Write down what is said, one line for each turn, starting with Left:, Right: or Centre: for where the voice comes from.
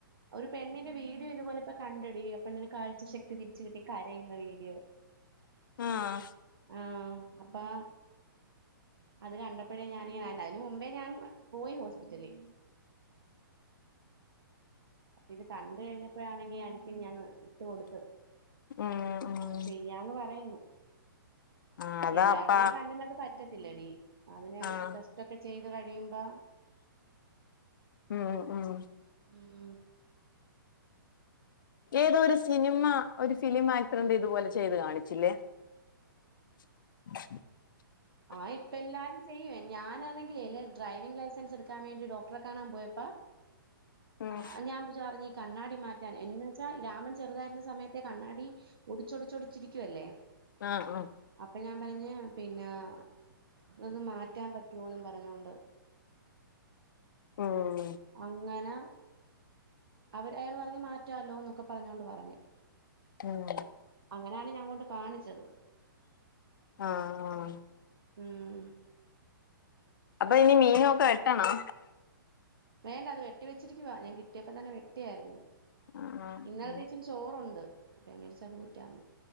Right: ഒര് പെണ്ണിന്റെ വീഡിയോ ഇതുപോലിപ്പൊകണ്ടെടീ ആപെണ്ണിന് കാഴ്ചശക്തിരിച്ച് കിട്ടി കരയ്ന്ന വീഡിയോ
Left: ആഹ്
Right: ആഹ് അപ്പാ അത് കണ്ടപ്പഴേ ഞാനിങ്ങനെ അതിന് മുമ്പേ ഞാൻ പോയി ഹോസ്പിറ്റലി ഇത് കണ്ട് കഴിഞ്ഞപ്പോഴാണെങ്കി അൻക്ക്ങ്ങനെ ട്ട്കൊടുത്ത്
Left: ഉം ഉം
Right: അപ്പൊ ചെയ്യാന്ന് പറയുന്നു
Left: ആഹ് അതാ
Right: എല്ലാര്ടേം
Left: അപ്പ
Right: കണ്ണിലത് പറ്റ ത്തില്ലടി അതിന്
Left: ആഹ്
Right: ടെസ്റ്റൊക്കെ ചെയ്ത് കഴിയുമ്പം
Left: ഉം ഉം
Right: ഉം ഉം
Left: ഏതോ ഒരു സിനിമ ഒരു ഫിലിം ആക്ടറിന്റെതുപോലെ ചെയ്ത് കാണിച്ചില്ലേ
Right: <inaudible>
Left: <inaudible>
Right: ആഹ് ഇപ്പ എല്ലാരും ചെയ്യുവേ ഞാനാണെങ്കിൽ ഇലെ ഡ്രൈവിംഗ് ലൈസൻസ് എടുക്കാൻ വേണ്ടി ഡോക്ടറെ കാണാൻ പോയപ്പ
Left: ഉം
Right: ആഹ് ഞാൻ പിഷെപറഞ്ഞു ഈ കണ്ണാടി മാറ്റാൻ എന്ന് വെച്ചാ രാമൻ ചെറുതായിരുന്ന സമയത്തെ കണ്ണാടി ഒടിച്ചൊടിച്ചൊടിച്ചിരിക്കുവല്ലേ.
Left: ആഹ് ആഹ്
Right: അപ്പൊ ഞാൻ പർഞ്ഞ് പിന്നെ ഇതൊന്ന് മാറ്റാൻ പറ്റുവോന്ന് പറഞ്ഞൊണ്ട്
Left: ഉം
Right: അങ്ങന അവര് അയാള് പറഞ്ഞ് മാറ്റാല്ലോന്നൊക്കെ പറഞ്ഞോണ്ട് പറഞ്ഞ്
Left: ഉം
Right: അങ്ങനാണ് ഞാൻ കൊണ്ട് കാണിച്ചത്
Left: ആഹ് ആഹ്
Right: ഉം
Left: അപ്പൊ ഇനി മീനുവൊക്കെ വെട്ടണോ
Right: വേണ്ട അത് വെട്ടി വെച്ചിരിക്കുവാ ഞാൻ കിട്ടിയപ്പോ തന്നെ വെട്ടിയാരുന്നു
Left: ആഹ് ആഹ്
Right: ഇന്നലത്തെ ഇച്ചിരിച് ചോറൊണ്ട് അപ്പ ഞാൻ വിചാരിച്ചത് ഊറ്റാന്ന്